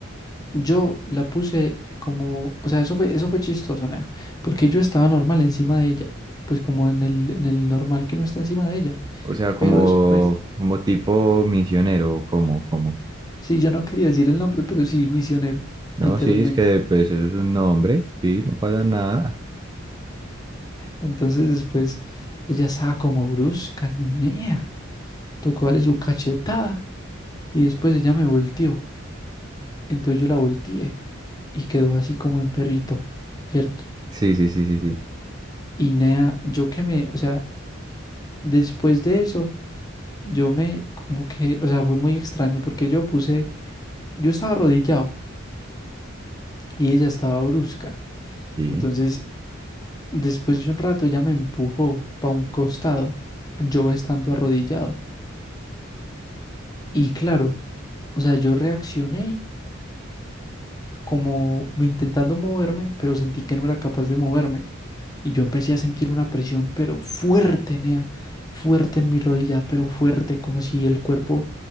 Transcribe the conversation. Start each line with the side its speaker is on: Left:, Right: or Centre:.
Left: yo la puse como, o sea, eso fue, eso fue chistoso, nea, Porque yo estaba normal encima de ella. Pues como en el, en el normal que no está encima de ella.
Right: O sea, como,
Left: Pero después...
Right: como tipo misionero, como, como.
Left: Sí, yo no quería decir el nombre, pero sí, misionero,
Right: No,
Left: literalmente.
Right: sí, es que pues eso es un nombre, sí, no pasa nada.
Left: Entonces después ella estaba como brusca, nea, tocó darle su cachetada y después ella me volteó. Entonces yo la volteé y quedó así como en perrito, ¿cierto?
Right: Sí, sí, sí, sí, sí.
Left: Y nea, yo que me, o sea, después de eso, yo me, como que, o sea, fue muy extraño porque yo puse, yo estaba arrodillado y ella estaba brusca.
Right: Sí.
Left: Entonces Después de un rato ella me empujó para un costado, yo estando arrodillado. Y claro, o sea, yo reaccioné como intentando moverme, pero sentí que no era capaz de moverme. Y yo empecé a sentir una presión, pero fuerte, Nea, fuerte en mi rodilla, pero fuerte, como si el cuerpo